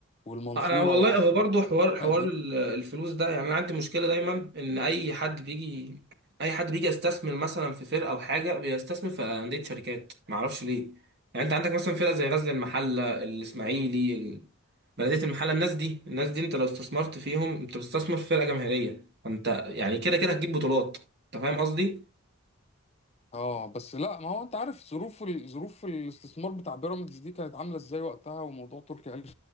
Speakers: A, on the left; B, on the right.
A: والمنصوره
B: انا والله
A: واسوان
B: هو برضو حوار حوار
A: الفرق دي
B: ال- الفلوس ده يعني انا عندي مشكله دايما ان اي حد بيجي اي حد بيجي يستثمر مثلا في فرقه او حاجه بيستثمر في انديه شركات ما اعرفش ليه يعني انت عندك مثلا فرقه زي غزل المحله الاسماعيلي ال- بلديه المحله الناس دي الناس دي انت لو استثمرت فيهم انت بتستثمر في فرقه جماهيريه فانت يعني كده كده هتجيب بطولات انت فاهم قصدي
A: اه بس لا ما هو انت عارف ظروف ال- ظروف الاستثمار بتاع بيراميدز دي كانت عامله ازاي وقتها وموضوع تركي آل